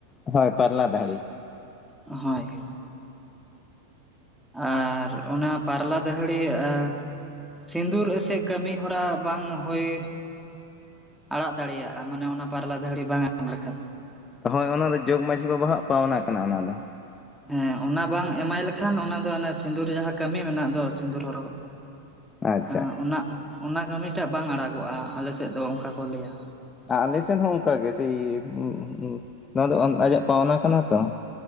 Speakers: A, on the left; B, in the centre.
A: ᱦᱳᱭ ᱯᱟᱨᱞᱟ ᱫᱟᱹᱦᱲᱤ
B: ᱦᱳᱭ ᱟᱨ ᱚᱱᱟ ᱯᱟᱨᱞᱟ ᱫᱟᱹᱦᱲᱤ ᱟ ᱥᱤᱸᱫᱩᱨ ᱮᱥᱮ ᱠᱟᱹᱢᱤ ᱦᱚᱨᱟ ᱵᱟᱝ ᱦᱳᱭ ᱟᱲᱟᱜ ᱫᱟᱲᱮᱭᱟᱜᱼᱟ ᱢᱟᱱᱮ ᱚᱱᱟ ᱯᱟᱨᱞᱟ ᱫᱟᱹᱦᱲᱤ ᱵᱟᱝ ᱮᱢ ᱞᱮᱠᱷᱟᱱ
A: ᱦᱳᱭ ᱚᱱᱟᱫᱚ ᱡᱚᱜᱽ ᱢᱟᱺᱡᱷᱤ ᱵᱟᱵᱟᱣᱟᱜ ᱯᱟᱣᱱᱟ ᱠᱟᱱᱟ ᱚᱱᱟ ᱫᱚ
B: ᱦᱮᱸ ᱚᱱᱟ ᱵᱟᱝ ᱮᱢᱟᱭ ᱞᱮᱠᱷᱟᱱ ᱚᱱᱟ ᱫᱚ ᱚᱱᱟ ᱥᱤᱸᱫᱩᱨ ᱡᱟᱦᱟᱸ ᱠᱟᱹᱢᱤ ᱢᱮᱱᱟᱜ ᱫᱚ ᱥᱤᱸᱫᱩᱨ ᱦᱚᱨᱚᱜᱚᱜ
A: ᱟᱪᱪᱷᱟ
B: ᱟᱸᱻ ᱚᱱᱟ ᱚᱱᱟ ᱠᱟᱹᱢᱤᱴᱟᱜ ᱵᱟᱝ ᱟᱲᱟᱜᱚᱜᱼᱟ ᱟᱞᱮ ᱥᱮᱫ ᱫᱚ ᱚᱱᱠᱟ ᱠᱚ ᱞᱟᱹᱭᱟ
A: ᱟᱞᱮ ᱥᱮᱱ ᱦᱚᱸ ᱚᱝᱠᱟ ᱜᱮ ᱡᱮ <unintelligible> ᱱᱚᱣᱟ ᱫᱚ ᱟᱸᱫᱟᱡᱟᱜ ᱯᱟᱣᱱᱟ ᱠᱟᱱᱟ ᱛᱚ